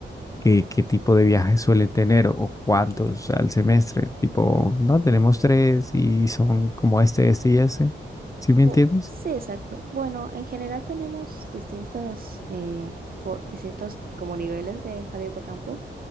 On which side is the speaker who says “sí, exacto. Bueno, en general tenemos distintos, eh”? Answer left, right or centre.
Right